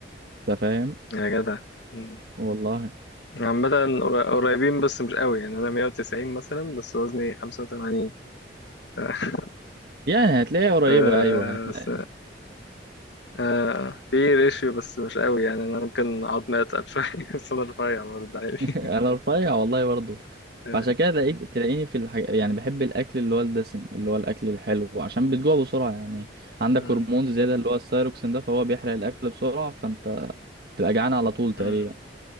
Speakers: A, on the right; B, on the left.
A: انت فاهم
B: يا جدع مم.
A: والله
B: عامة قر- قريبين بس مش قوي يعني أنا 190 مثلا بس وزني 85 ف...
A: يعني هتلاقيها قريبه
B: <laughs>
A: ايوه هتلاقي
B: س... آه... في ريشيو بس مش قوي يعني أنا ممكن عظمي أتقل شوية <laughs> بس أنا رفيع برضه
A: <laughs>
B: عادي
A: انا
B: <laughs>
A: رفيع والله برضو
B: آه.
A: فعشان كده تلاقيك تلاقيني
B: مم.
A: في الحاج... يعني بحب الاكل اللي هو الدسم اللي هو الاكل الحلو عشان بتجوع بسرعه يعني عندك
B: مم.
A: هرمون زياده اللي هو الثايروكسين ده فهو بيحرق الاكل بسرعه فانت تبقى جعان على طول تقريبا
B: مم.